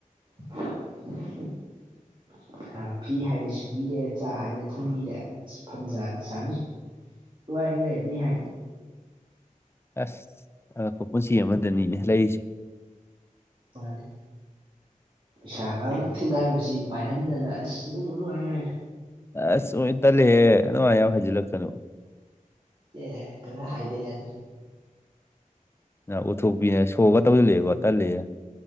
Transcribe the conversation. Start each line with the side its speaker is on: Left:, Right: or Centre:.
Right: <unintelligible> ꯍꯥ ꯐꯤ ꯍꯥꯏꯔꯦ ꯁꯨꯕꯤꯔꯦ ꯆꯥꯛ ꯍꯥꯏꯔꯦ ꯊꯣꯡꯕꯤꯔꯦ ꯑꯁ ꯐꯝꯖꯥꯅꯤ ꯁꯥꯔꯤꯁꯦ꯫ <unintelligible> ꯑꯗꯨꯗꯤ ꯍꯥꯏꯗꯤ
Left: ꯑꯁ! ꯑꯉꯛꯄ ꯄꯨꯟꯁꯤ ꯑꯃꯗꯅꯤꯅꯦ ꯂꯩꯔꯤꯁꯦ꯫
Right: ꯃꯥꯅꯤ ꯏꯁꯥꯒꯥꯡ ꯊꯤꯡꯒꯥꯏꯕꯁꯤ ꯄꯥꯏꯍꯟꯗꯅ ꯑꯁ ꯅꯨꯡꯕꯨ ꯅꯨꯡꯉꯥꯏꯔꯦꯗ꯫
Left: ꯑꯁ ꯑꫭꯏ ꯇꯜꯂꯤꯍꯦ ꯑꯗꯨꯃꯥꯏ ꯌꯥꯝ ꯍꯖꯤꯜꯂꯛꯀꯅꯨ꯫
Right: ꯑꯦ ꯀꯔ ꯍꯥꯏꯗ ꯌꯥꯗ꯭ꯔꯦ
Left: ꯅ ꯎꯠꯊꯣꯛꯄꯤꯅꯦ ꯁꯣꯒ ꯇꯧꯁꯤꯜꯂꯛꯑꯦꯀꫭ ꯇꯜꯂ‌ꯦꯑꯦ